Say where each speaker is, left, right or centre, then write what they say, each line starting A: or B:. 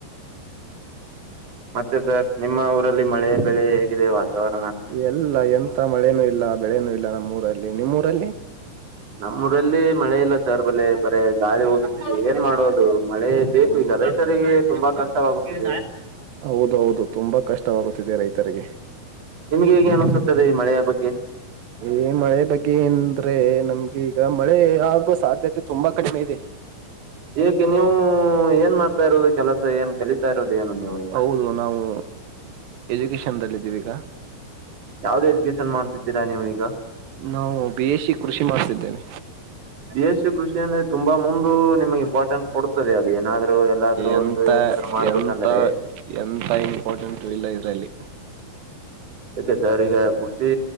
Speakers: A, on the right; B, on the right.
A: <inaudible> <unintelligible> ಮತ್ತೆ ಸರ್ ನಿಮ್ಮ ಊರಲ್ಲಿ ಮಳೆ ಬೆಳೆ ಹೇಗಿದೆ ವಾತಾವರಣ
B: ಎಲ್ಲ ಎಂತ ಮಳೆನೂ ಇಲ್ಲ ಬೆಳೆನೂ ಇಲ್ಲ ನಮ್ಮೂಊರಲ್ಲಿ ನಿಮ್ಮ್ೂಊರಲ್ಲಿ
A: ನಮ್ಮೂಊರಲ್ಲಿ ಮಳೆ ಇಲ್ಲ ಸರ್ ಬಲೆ ಬರೇ ಗಾಳಿ ಓದ ಏನ್ ಮಾಡೋದು ಮಳೆ ಬೇಕು
B: ಹೌದು
A: ಈಗ ರೈತರಿಗೆ ತುಂಬಾ ಕಷ್ಟವಾಗುತ್ತೆ
B: ಹೌದ ಹೌದು ತುಂಬಾ ಕಷ್ಟವಾಗುತ್ತಿದೆ ರೈತರಿಗೆ
A: ನಿಮ್ಗೆ ಹೇಗೆ ಅನ್ಸುತ್ತದೆ ಈ ಮಳೆಯ ಬಗ್ಗೆ
B: ಈ ಮಳೆ ಬಗ್ಗೆ ಂದ್ರೆ ನಮ್ಗೆ ಈಗ ಮಳೆ ಆಗೋ ಸಾಧ್ಯತೆ ತುಂಬಾ ಕಡಿಮೆ ಇದೆ
A: ಏಕೆ ನೀವು ಏನ್ ಮಾಡ್ತಾ ಇರುೋದು ಕೆಲಸ ಏನ್ ಕಲಿತ ತಾರೋಡ್ ಏನು ನೀವು ಈಗ
B: ಹೌದು ನಾವು ಎಜುಕೇಶನ್ ದಲ್ಲ ಇದೀವಿ ಈಗ
A: ಯಾವ್ದು ಎಜುಕೇಶನ್ ಮಾಡ್ತಿದ್ದೀರಾ ನೀವು ಈಗ
B: ನಾವು ಬಿ ಎ ಸಿಿ ಕೃಷಿ ಮಾಡ್ತಿದ್ದೇವೆ
A: ಬಿ ಎಸ್ ಸಿ ಕೃಷಿಯ ಅಂದ್ರೆ ತುಂಬಾ ಮುಂದಂದು ನಿಮ್ಗೆ ಇಂಪಾರ್ಟೆನ್ಸ್ ಕೊ ತದೆ ಅದು ಏನಾದ್ರು ಎಲ್ಲಾದ್ೂ
B: ಎಂತ
A: ಒಂದು ಏನಾದ್ರು ಮಾಡ್ಬೇಕಂದ್ರೆ
B: ಎಂತ ಎಂತ ಇಂಪಾರ್ಟೆಂಟ್ ಇಲ್ಲ ಇದ್ರಲ್ಲಿ
A: ಯಾಕೆ ಸರ್ ಈಗ ಕೃಷಿ